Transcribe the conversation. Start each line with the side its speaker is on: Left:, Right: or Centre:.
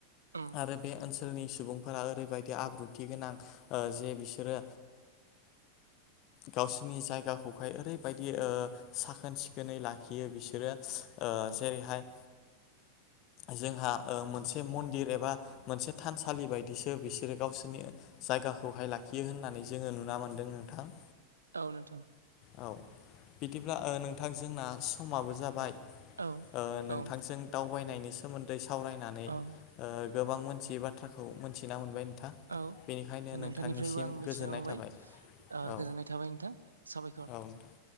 Right: उम
Left: आरो बे ओनसोलनि सुबुंफोरा ओरैबायदि आब्रुथि थि गोनां जे बिसोरो गावसिनि जायगाखौ हाय ओरैबायदि ओ साखोन सिखोनै लाखियो बिसोरो। ओ जेरै' हाय
Right: <inaudible>
Left: जोंहा ओ मोनसे मन्दिर एबा मोनसे थानसालि बायदिसो बिसोर गावसि बिनि जायगाखौ हाय लाखियो होननानै जोङो नुना मोन्दों नोंथां।
Right: औ नोंथां।
Left: औ। बिदिब्ला नोंथां जोंना समाबो जाबाय ओ
Right: औ
Left: नोंथांजों
Right: औ
Left: दावबायनायनि सोमोन्दै सावरायनानै ओ
Right: औ
Left: गोबां मोनथियै बाथ्राखौ मोनथिना मोनबाय नोंथां। बेनिखायनो
Right: औ
Left: नोंथांनिसिम
Right: नोंथांनिफ्रायबो आं
Left: गोजोननाय
Right: मिथिना मोनबाय
Left: थाबाय।
Right: ओ
Left: औ
Right: गोजोननाय थाबाय नोंथां साबायखर।
Left: औ <inaudible>